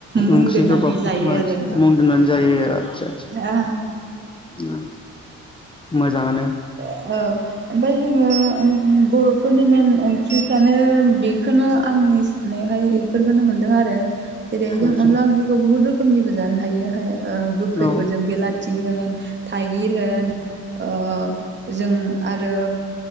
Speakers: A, on the right; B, on the left.
A: मुं
B: ओंख्रि
A: दोननानै
B: गोबाब
A: जायो आरो।
B: मुं दोन्नानै जायो आचाह आचाह
A: ओ
B: उ मोजाङानो।
A: औ ओमफ्राय जों बर'फोरनि मेेन ओंख्रिफ्रानो बेखौनो आंनि साननायावहाय बेफोरखौनो मोनदों आरो जेरैहाय जों
B: आदसा
A: अनला ओंख्रिखौ बुहुत रोखोमनिबो जानो हायो गोखैफोरजों
B: औ आदसा
A: बेलाथि होन थाइगिर होन ओ जों आरो